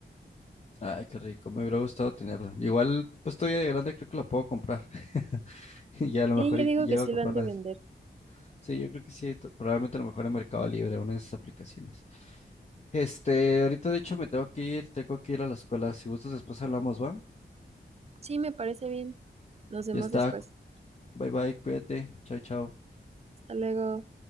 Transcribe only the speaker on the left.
Ay, qué rico, me hubiera gustado tenerla. Igual, pues todavía de grande creo que la puedo comprar. <laughs> Y ya a lo
mejor
y-
y llego
a comprarlas.
Sí, yo creo que sí, to- probablemente a lo mejor en Mercado Libre, una de esas aplicaciones. Este, ahorita de hecho me tengo que ir, tengo que ir a la escuela. Si gustas, después hablamos, ¿va?
Ya está.
Bye bye, cuídate. Chao, chao.